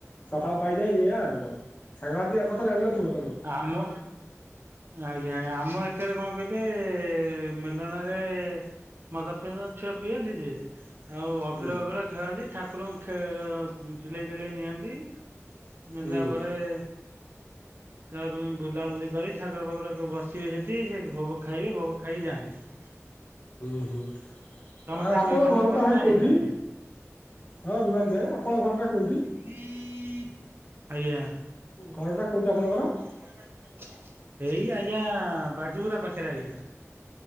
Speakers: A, on the left; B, on the right.
A: ସକାଳ ପାଇଯାଏ ଏଇଆ ଆଉ କଣ। ସାଙ୍ଗ <unintelligible> କଥା ଜାଣି ନଥିବ ତମେ।
B: ଆମ ଆଜ୍ଞା ଆଜ୍ଞା ଆମ ଏକରେ କଣ କହିଲେ ମେଲଣରେ ମଦ ଫଦ ଛୁଆ ପିଅନ୍ତି ଯେ ଆଉ ଅବିର
A: ହୁଁ
B: ଫବିର ଖେଳନ୍ତି ଠାକୁରଙ୍କୁ ଖେ ଅ ଝୁଲେଇ ଝୁଲେଇ ନିଅନ୍ତି। <unintelligible>
A: ହୁଁ
B: ଏ ତାପରେ ଉମ୍ ବୁଲାବୁଲି କରି ଠାକୁର ଫାକୁର ବସ୍ ସିବେ ସେଠି ସେ ଭୋଗ ଖାଇବେ ଭୋଗ ଖାଇକି ଯାଆନ୍ତି।
A: ଉଁ ହୁଁ। ଆଉ
B: ତମ ସିଆଡେ
A: ଆପଣଙ୍କ
B: ବିମାନ
A: ଘରଟା
B: ଫିମାନ
A: ଭାଇ
B: ଯାଏ
A: କୋଉଠି
B: ନା କି?
A: ହଁ ବିମାନ ଯାଏ ଆପଣଙ୍କ ଘରଟା କୋଉଠି?
B: ଆଜ୍ଞା।
A: ଘରଟା କୋଉଠି ଆପଣଙ୍କର
B: ଏଇ ଆଜ୍ଞା ବାଜୁପୁରା ପାଖେରେ ଆଜ୍ଞା।